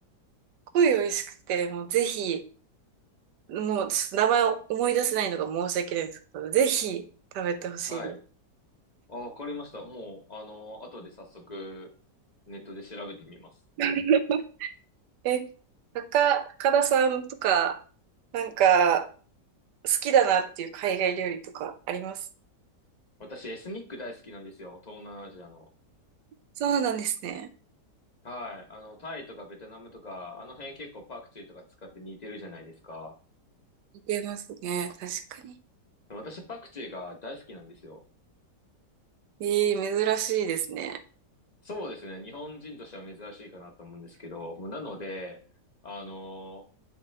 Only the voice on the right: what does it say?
ごい美味しくて、もうぜひ、もうちょっと名前を思い出せないのが申し訳ないんですけど、ぜひ食べてほしいです。
<laughs> え、高、高田さんとか、なんか、好きだなっていう海外料理とかあります
そうなんですね。
似てますね。確かに。
ええ珍しいですね。